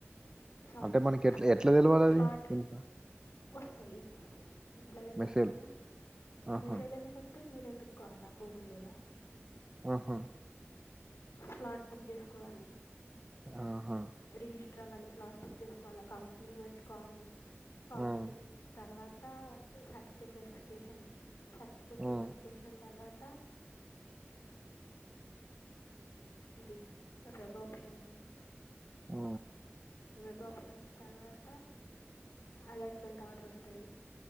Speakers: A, on the left; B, on the right.
A: సార
B: అంటే మనకెట్లా
A: స్
B: ఎట్లా ఎట్లా తెలవాలది?
A: స్లాట్
B: ఇన్ఫ
A: వస్తాయి ఎట్లా తెలిపాలంటే
B: మెసేజ్‌లో ఆహా!
A: మెస్ేయళందు కొత్త మీరు ఎతుకోవాలా గోగుల్లా
B: ఆహా
A: స్లాట్ బుక్ చేసుకోవాలి
B: ఆహా!
A: రిజిస్టర్ అవ్వాలి స్లాట్ బుక్ చేసుకోవాలి కౌన్సిలింగ్ పెట్టుకోవాలి కౌన్సిలింగ్
B: హ్మ్.
A: తర్వాత సర్టిఫికేట్ వెరిఫికేషన్ సర్టిఫికేట్
B: హ్మ్.
A: వెరిఫికేషన్ తర్వాత త ఇది వెబ్ ఆప్షన్స్
B: ఆ
A: వెబ్ ఆప్షన్స్ తర్వాత అలాట్మెంట్ ఆర్డర్ వస్తుంది